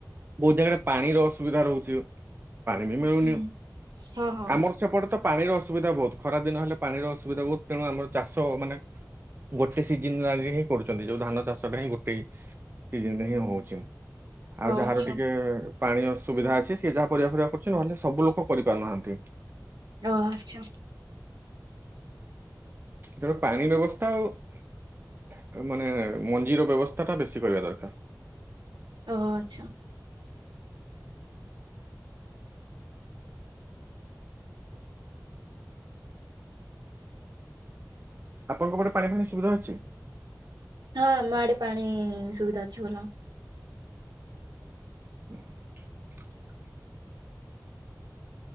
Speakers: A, on the right; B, on the right.
A: ବହୁତ ଜାଗାରେ ପାଣିର ଅସୁବିଧା ରହୁଛି। ପାଣି ବି ମିଳୁନି
B: ହଁ ହଁ ହଁ
A: ଆମର ସେପଟେ ତ ପାଣିର ଅସୁବିଧା ବହୁତ, ଖରା ଦିନ ହେଲେ ପାଣିର ଅସୁବିଧା ବହୁତ ତେଣୁ ଆମର ଚାଷ ମାନେ ଗୋଟେ ସିଜିନ ଆଗେ ହିଁ କରୁଛନ୍ତି, ଯୋଉ ଧାନ ଚାଷ ଟା ହିଁ ଗୋଟେ ସିଜିନ ରେ ହିଁ ହଉଚି। ଆଉ
B: ଆଚ୍ଛା
A: ଯାହାର ଟିକେ ପାଣି ଅସୁୁବିଧା ଅଛି, ସିଏ ଯାହା ପରିବା ଫରିବା କରୁ କିଛି ନହେଲେ ସବୁ ଲୋକ କରିପାରୁନାହାନ୍ତି
B: ଓ ହୋ ଆଛା।
A: ତେଣୁ ପାଣି ବ୍ୟବସ୍ଥା ଆଉ ମାନେ ମଞ୍ଜିର ବ୍ୟବସ୍ଥାଟା ବେଶୀ କରିବା ଦରକାର।
B: ଓ ହୋ ଆଛା।
A: ଆପଣଙ୍କ ପଟେ ପାଣିଫାଣି ସୁବିଧା ଅଛି?
B: ହଁ ଆମ ଆଡେ ପାଣି ସୁବିଧା ଅଛି ଭଲ।
A: <unintelligible>